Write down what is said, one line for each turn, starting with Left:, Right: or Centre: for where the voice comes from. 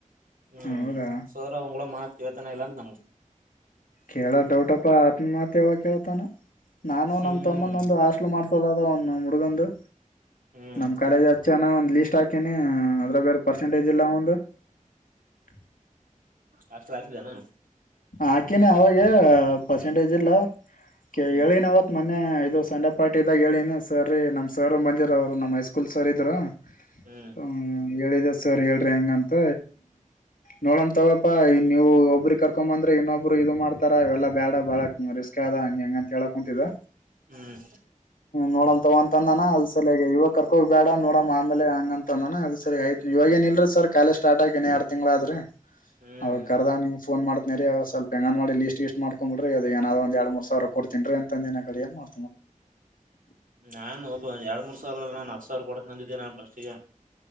Right: ಹ್ಮ್
Left: ಹೌದಾ
Right: ಸೋರ ಅವ ಕೂಡ ಮಾತವೆತನ ಇಲ್ಲಾ ನಮ್
Left: ಕೇಳ ದೌಟಪ್ಪ ಅತ್ ಮಾತ್ ಯಾವ ಕ ನ ನಾನು
Right: ಹ್ಮ್
Left: ನಮ ತಮ್ಮನ ಒಂದು ಹಾಸ್ಲ್ ಮಾಡ್ಸೋದದ ಒನ್ ಮುಡುಗಂದು
Right: ಹ್ಮ್
Left: ನಮ್ ಕಾಲೇಜ್ ಹಚ್ಚನ ಒಂದ್ ಲೀಸ್ ಹಾಕೇನಿ ಅದ್ರ ಬೇರೆ ಪರ್ಸೆಂಟೇಜ್ ಇಲ್ಲ ಒಂದು <unintelligible>
Right: ಹಷ್ಟಲ ಹಾಕ್ತಿದ್ದನಾ
Left: ಆಕಿನಿ ಅವಾಗ ಪರ್ಸೆಂಟೇಜ್ ಇಲ್ಲ
Right: ಹ್ಮ್
Left: ಹೇಳಿನ ಅವತ್ ಮ ಇ ಇದು ಸಂಡೇ ಪಾರ್ಟಿ ಇದಾಗ ಹೇಳನಿ ಸರ್ ರೀ ನಮ್ಮ್ ಸರ್ ಬಂದಿರ ಅವರು ನಮ್ಮ ಹೈಸ್ಕೂಲ್ ಸರ್ ಇದರು
Right: ಹ್ಮ್
Left: ಹ್ಮ ಹೇಳಿದೆ ಸರ್ ಹೇಳ ಹೆಂಗಂತ ನೋಡ ತಗಪ್ಪಾ ನೀವು ಒಬ್ರ ಕರ್ಕೊ ಬಂದ್ರೆ ಇನ್ನೊಬ್ಬ ಇದು ಮಾಡ್ತಾರ ಇವೆಲ್ಲ ಬ್ಯಾಡ ಬಾಳ ರಿಸ್ಕ್ ಅದ ಹಂಗ ಹೆಂಗ ಅಂತ ಹೇಳಕ್ ಕುಂತಿದ್ದ
Right: ಹ್ಮ್
Left: ನೋಡಂ ತಗೊಂತಂದಾನ ಅಲ್ ಸಲಯಗ ಇವಾಗ ಕರ್ಕೋಬೇಡ ನೋಡ ಆಮೇಲೆ ಹಂಗಂತ ಅದು ಸರಿ ಆಯತ್ವ ಏನ್ ಇಲ್ರಿ ಸರ್ ಕಾಲೇಜ ಸ್ಟಾರ್ಟ ಆಕಿನನ್ ಎರಡ್ ತಿಂಗಳಾದ್ರೀ
Right: ಹ್ಮ್
Left: ಅವಾಗ ಕರ್ದ ನಿಮ್ ಫೋನ್ ಮಾಡತನ ರೀ ಅವ ಸ್ವಲ್ಪ ಹೆಂಗನ್ ಮಾಡಿ ಲೀಸ್ ಇೀಸ್ ಮಾಡ್ಕೊಂಡಂಬ್ರ ಅ ಏಾದ್ ಒಂದ ಎರ ಮೂ ಸಾವರ ಕೊಡ್ತನ್ಿ ಅಂತಂದಏ ಅಡಏನ್ ಮಾಡ
Right: ನಾು ಎರಡ್ ಮೂರ್ ಸಾವಿರಲ್ಲ ನಾನು ಹತ್ತು ಸಾವಿರ ಕೊಡಂದಿದ್ದೇನೆ ನ ಬಷ್ಟತಾ